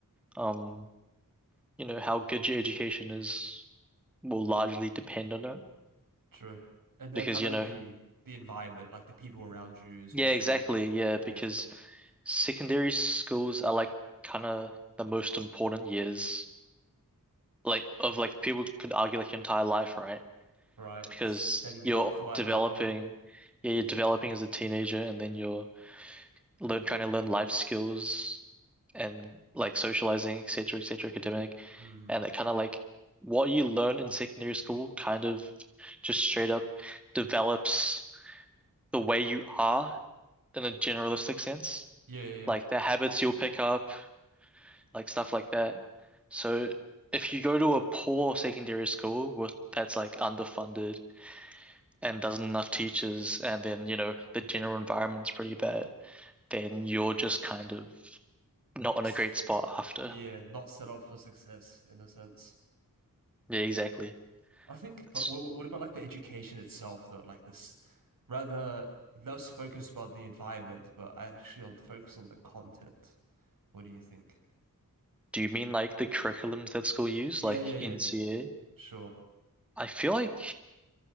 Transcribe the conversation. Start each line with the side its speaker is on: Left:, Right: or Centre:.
Centre: um, you know, how good your education is will largely depend on it.
Right: true. And the
Centre: Because,
Right: kind
Centre: you
Right: of
Centre: know,
Right: the the environment, like the people around you, is
Centre: yeah,
Right: also
Centre: exactly. Yeah, because
Right: yeah,
Centre: secondary schools are like kind of the most important years, like of like people could argue like your entire life, right?
Right: right,
Centre: Because
Right: setting
Centre: you're
Right: you up for
Centre: developing,
Right: adulthood.
Centre: yeah, you're developing as a teenager and then you're learn trying to learn life skills and like socializing, etc., etc., academic,
Right: Hmm.
Centre: and it kind of like what you learn in secondary school kind of just straight up develops the way you are in a generalistic sense,
Right: Yeah, yeah,
Centre: like
Right: yeah,
Centre: the habits you'll pick up, like stuff like that. So if you go to a poor secondary school with that's like underfunded and doesn't enough teachers, and then you know the general environment's pretty bad, then you're just kind of not in
Right: S-
Centre: a great spot after.
Right: yeah, not set up for success in a sense.
Centre: Yeah, exactly.
Right: I think,
Centre: It's-
Right: but wha- what about like the education itself, though? Like this, rather less focus about the environment, but actually on focus on the content. What do you think?
Centre: do you mean like the curriculums that school use,
Right: Yeah,
Centre: like
Right: yeah, yeah,
Centre: NCA?
Right: yeah. Sure.
Centre: I feel like